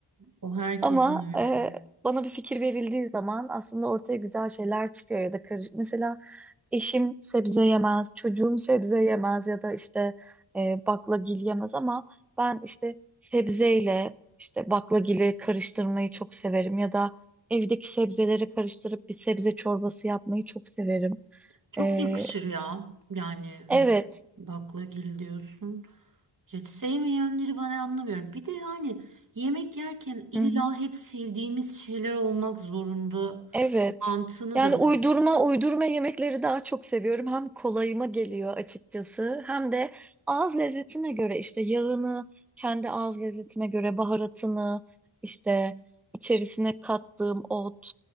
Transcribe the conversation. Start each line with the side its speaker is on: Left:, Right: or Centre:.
Right: O herkesin
Centre: Ama
Right: öyle.
Centre: e, bana bir fikir verildiği zaman aslında ortaya güzel şeyler çıkıyor ya da karışık. Mesela eşim sebze yemez, çocuğum sebze yemez ya da işte e, baklagil yemez ama ben işte sebzeyle işte baklagili karıştırmayı çok severim ya da evdeki sebzeleri karıştırıp bir sebze çorbası yapmayı çok severim.
Right: Çok
Centre: E,
Right: yakışır ya. Yani
Centre: evet.
Right: hani baklagil diyorsun. Hiç sevmeyenleri ben anlamıyorum. Bir de yani yemek yerken illa
Centre: Hı hı.
Right: hep sevdiğimiz şeyler olmak zorunda
Centre: Evet.
Right: mantığını
Centre: Yani
Right: da ben
Centre: uydurma
Right: anlamıyorum.
Centre: uydurma yemekleri daha çok seviyorum. Hem kolayıma geliyor açıkçası hem de ağız lezzetime göre işte yağını, kendi ağız lezzetime göre baharatını, işte içerisine kattığım ot